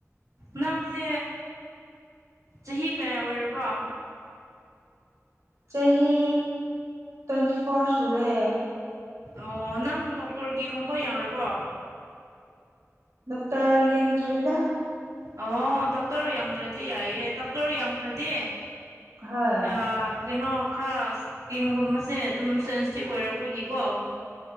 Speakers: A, on the right; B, on the right.
A: ꯅꯪꯁꯦ ꯆꯍꯤ ꯀꯌꯥ ꯑꯣꯏꯔꯕ
B: ꯆꯍꯤ ꯇ꯭ꯋꯦꯟꯇꯤ ꯐꯣꯔ ꯁꯨꯔꯦ
A: ꯑꯣ ꯅꯪ ꯗꯣꯛꯇꯔꯒꯤꯒꯨꯝꯕ ꯌꯥꯔꯕꯣ
B: ꯗꯣꯛꯇꯔ ꯌꯦꯡꯗꯔꯤꯗ
A: ꯑꯣ ꯗꯣꯛꯇꯔ ꯌꯥꯡꯗ꯭ꯔꯗꯤ ꯌꯥꯏꯌꯦ ꯗꯣꯛꯇꯔ ꯌꯥꯡꯈ꯭ꯔꯗꯤ
B: ꯍꯣꯏ
A: ꯑꯥ ꯀꯩꯅꯣ ꯈꯔ ꯁꯀꯤꯟꯒꯨꯝꯕꯁꯦ ꯑꯗꯨꯝ ꯁꯦꯟꯁꯤꯇꯤꯞ ꯑꯣꯏꯔꯛꯄꯒꯤꯀꯣ